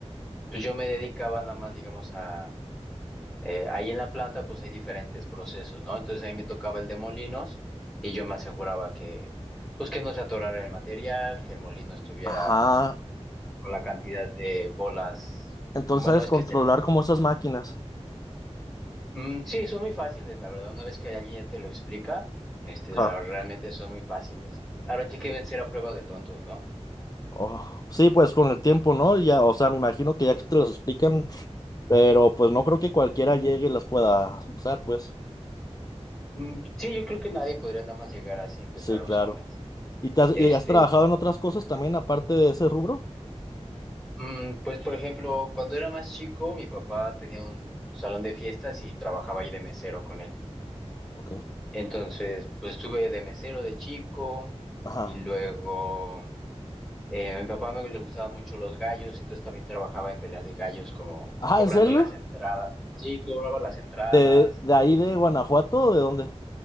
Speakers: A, in the centre; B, on the left.
A: pues yo me dedicaba nada más, digamos, a, Eh, ahí en la planta pues hay diferentes procesos, ¿no? Entonces ahí me tocaba el de molinos y yo me aseguraba que pues que no se atorara el material, que el molino estuviera
B: Ajá.
A: con la cantidad de bolas.
B: Entonces
A: Bueno,
B: sabes
A: es
B: controlar
A: que es el-
B: como esas máquinas.
A: Mm, sí, son muy fáciles, la verdad. Una vez que alguien ya te lo explica, este, la-
B: Ah,
A: realmente son muy fáciles. Ahora sí que deben ser a prueba de tontos, ¿no?
B: oh, Sí, pues con el tiempo, ¿no? Ya, o sea, me imagino que ya que te las explican, pero pues no creo que cualquiera llegue y las pueda usar, pues.
A: Mm, sí, yo creo que nadie podría nada más llegar así y empezar
B: Sí,
A: a
B: claro.
A: usarlas.
B: ¿Y, te has,
A: Este,
B: y has trabajado en otras cosas también aparte de ese rubro?
A: Mm, pues por ejemplo, cuando era más chico, mi papá tenía un salón de fiestas y trabajaba ahí de mesero con él.
B: Ok.
A: Entonces, pues estuve de mesero de chico
B: Ajá.
A: y luego eh, a mi papá me le gustaban mucho los gallos, entonces también trabajaba en peleas de gallos como
B: Ah,
A: cobrando
B: ¿en serio?
A: las entradas. Sí, cobraba las entradas.
B: ¿De, de ahí de Guanajuato o de dónde?